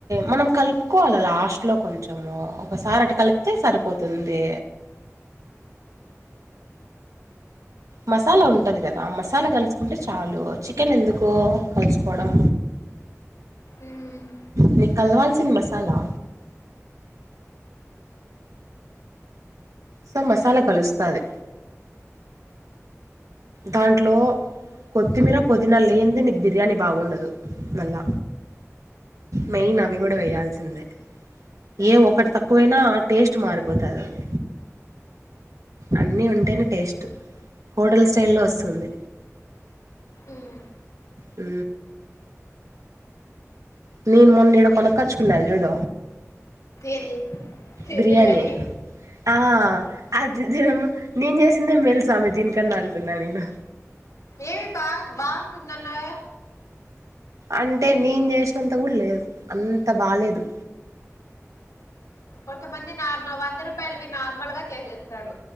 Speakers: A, on the right (about 85°); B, on the left (about 85°).
A: మనం కలుపుకోవాల లాస్ట్ లో కొంచెము ఒకసారి అటు కలిపితే సరిపోతుంది మసాలా ఉంటుంది కదా మసాలా కలుసుకుంటే చాలు చికెన్ ఎందుకు కలుసుకోవడం
B: ఉమ్
A: నీకు కలవాల్సిన మసాలా సో మసాలా కలుస్తాంది దాంట్లో కొత్తిమీర పుదీనా లేని నీకు బిర్యానీ బాగుండదు మళ్ళా మెయిన్ అవి కూడా వేయాల్సిందే ఏ ఒకటి తక్కువైనా టేస్ట్ మారిపోతుంది అది అన్నీ ఉంటేనే టేస్ట్ హోటల్స్ స్టైల్లో వస్తుంది
B: ఉమ్
A: అ నేను మొన్న నీడ కొనక్కచ్చుకున్నాను జూడ
B: ఏంది ఛీ
A: బిర్యాణి
B: బిర్యానీ
A: ఆ అది దిన నేను చేసిందే మెల్స్ స్వామి దీనికన్నా అనుకున్నా నేను
B: ఏవి బా బాతుందన్నాయా
A: అంటే నేను చేసినంత కూడా లేదు అంత బాేదు
B: కొంతమంది నార్మల్ వంద రూపాయలు నార్మల్ గా చేసేస్తారు